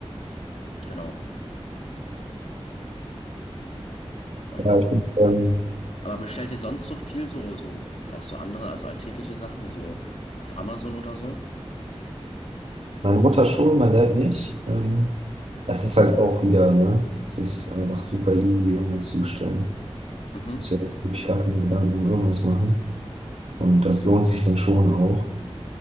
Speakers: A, on the left; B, on the right.
A: genau, aber ja.
B: Ja, ich, ähm,
A: Aber bestellt ihr sonst so viel, so, so, auch so andere, also alltägliche Sachen, so auf Amazon oder so?
B: meine Mutter schon, mein Dad nicht. Ähm, das ist halt auch wieder, ne? Es ist einfach super easy, irgendwas zu bestellen.
A: Mhm,
B: Muss ja wirklich gar keine Gedanken um irgendwas machen. Und das lohnt sich dann schon auch.